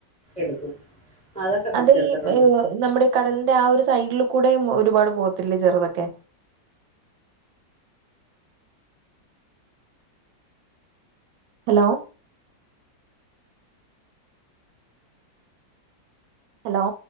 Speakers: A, in the centre; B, on the right.
A: എടുക്കും അതൊക്കെ പിടിച്ചെടുത്തിട്ടുണ്ട്
B: അത് ഈ എഹ് നമ്മുടെ ഈ കടലിന്റെ ആ ഒരു സൈഡിൽ കൂടെയും ഒരുപാട് പോകത്തില്ലെ ചെറുതൊക്കെ ഹലോ ഹലോ